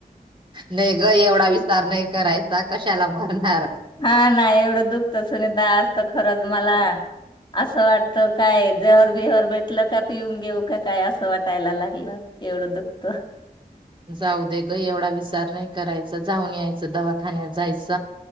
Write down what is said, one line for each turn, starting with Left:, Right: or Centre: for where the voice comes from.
Right: नाही ग एवढा विचार नाही करायचा कशाला मरणार
Left: हा नाही एवढं दुखत सुनीता तर खरंच मला असं वाटतं काय जेहर बिहर भेटलं का पिऊन घेऊ का काय असं वाटायला लागलं एवढं दुखत
Right: जाऊ दे ग एवढा विचार नाही करायचा जाऊन याय दवाखान्यात जायच